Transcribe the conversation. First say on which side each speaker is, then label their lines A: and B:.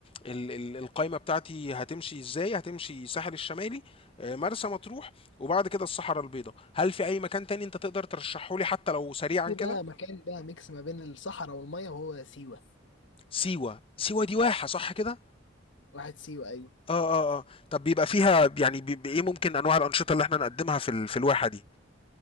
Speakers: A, on the left (about 30°); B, on the left (about 70°).
A: ال- ال- القايمة بتاعتي هتمشي ازاي هتمشي ساحل الشمالي آه، مرسى مطروح وبعد كده الصحراء البيضاء هل في اي مكان تاني انت تقدر ترشحه لي حتى لو سريعا
B: في
A: كده
B: بقى مكان بقى ميكس ما بين الصحراء والميه وهو سيوه
A: سيوة سيوة دي واحة صح كده
B: واحد سيوه ايوه
A: اه اه اه طب بيبقى فيها يعني بيبقى ايه ممكن انواع الانشطة اللي احنا نقدمها في ال- في الواحة دي